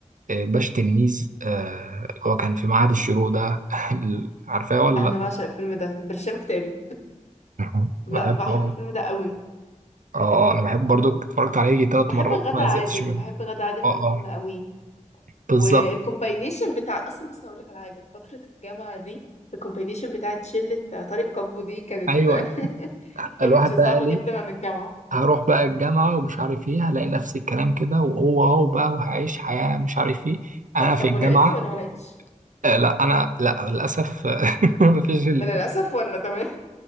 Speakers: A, on the right; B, on the left.
A: آه، باش تلميذ آه، اللي هو كان في معهد الشروق ده <laughs> ال- عارفاه ولا
B: انا
A: لأ؟
B: بعشق الفيلم ده برشام كتابي
A: <laughs>
B: <laughs> لا
A: بحبه
B: بحب
A: أوي.
B: الفيلم ده قوي
A: اه اه انا بحب برضو اتفرجت عليه تلات
B: وبحب
A: مرات
B: غادة
A: ما
B: عادل
A: زهقتش منه
B: بحب غادة عادل
A: اه
B: في الفيلم
A: اه
B: قوي
A: بالظبط
B: والكومباينيشن بتاع اصلا بص هقول لك على حاجه فتره الجامعه دي الكومباينيشن بتاعت شله طارق كابو دي كانت
A: ايوه
B: <laughs> ايمج
A: الواحد
B: صعبه
A: بقى قال
B: جدا
A: ايه
B: عن الجامعه
A: هروح بقى الجامعة ومش عارف ايه هلاقي نفس الكلام كده وهو هو بقى وهعيش حياة مش عارف ايه انا
B: طب طب
A: في الجامعة
B: ولقيت ولا ما لقيتش
A: آه لا انا لا للأسف <laughs> مفيش ال...
B: ما للاسف ولا تمام